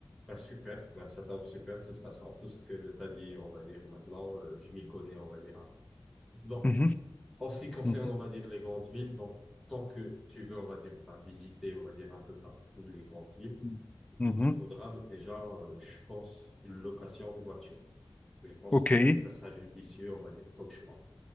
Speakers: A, in the centre; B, on the left.
A: bah, super, bah, ça tombe super, de toute façon, tout ce que tu as dit, on va dire, maintenant, euh, je m'y connais, on va dire. Donc,
B: Mhm,
A: En ce qui concerne,
B: mhm,
A: on va dire, les grandes villes, donc, tant que tu veux, on va dire, bah, visiter, on va dire, un peu partout les grandes villes,
B: mhm, mhm.
A: il te faudra déjà, euh, je pense, une location de voiture. Je pense
B: OK,
A: que, que ça sera judicieux, on va dire, comme choix.